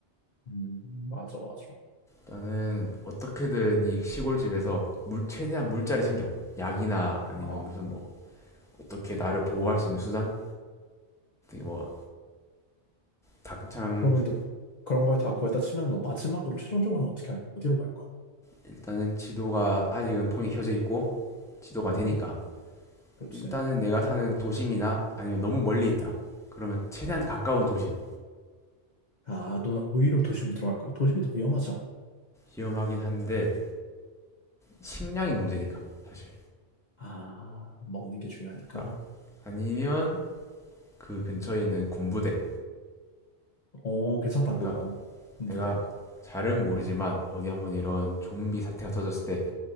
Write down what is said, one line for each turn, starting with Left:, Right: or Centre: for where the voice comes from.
Left: 음, 맞아, 맞아.
Centre: 나는 어떻게든 이 시골집에서 물 최대한 물자리 챙겨 약이나 아니면
Left: 어,
Centre: 무슨 뭐 어떻게 나를 보호할
Left: 어.
Centre: 수 있는 수단 뭐 당장
Left: 그러면
Centre: 구-
Left: 너 그런 걸 다 구했다 치면 너 마지막으로 최종적으로 어떻게 할 거야? 어디로 갈 거야?
Centre: 일단은 지도가 아직은 폰이 켜져 있고 지도가 되니까
Left: 음. 그렇지.
Centre: 일단은 내가 사는 도심이나 아니면 너무 멀리 있다 그러면 최대한
Left: 어.
Centre: 가까운 도심
Left: 아, 너 오히려 도심으로 들어갈 거야? 도심이 더 위험하지 않아?
Centre: 위험하긴 한데 식량이 문제니까 사실
Left: 아, 먹는 게 중요하니까.
Centre: 그러니까 아니면 그 근처에 있는 군부대.
Left: 어, 괜찮다,
Centre: 그러니까
Left: 그거. 군부대.
Centre: 내가 잘은 모르지만 어디 한번 이런 좀비 사태가 터졌을 때